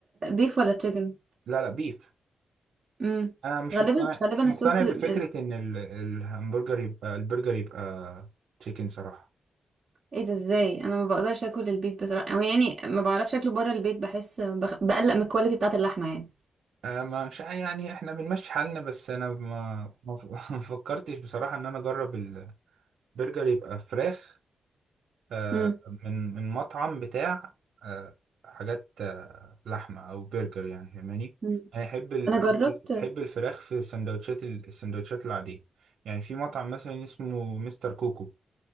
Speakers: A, on the right; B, on the right.
A: بيف ولا تشيكن
B: لا لا بيف
A: امم
B: انا مش
A: غالبا
B: مقتنع
A: غالبا
B: مش مقتنع
A: الصوص
B: بفكره
A: ال-
B: ان ال- الهمبرجر يبقى البرجر يبقى تشيكن صراحه
A: ايه ده ازاي انا ما بقدرش اكل البيف بصراحة او يعني ما بعرفش اكله بره البيت بحس بخ... بقلق من الكواليتي بتاعة اللحمة يعني
B: أه مش ع- يعني احنا بنمشي حالنا بس انا ما ما ف- <laughs> ما فكرتش بصراحه ان انا اجرب البرجر يبقى فراخ أه
A: امم
B: من من مطعم بتاع أه حاجات أه لحمه او برجر يعني فاهماني
A: امم
B: انا احب ال-
A: انا
B: احب
A: جربت
B: أحب الفراخ في سندوتشات ال- السندوتشات العاديه يعني في مطعم مثلا اسمه مستر كوكو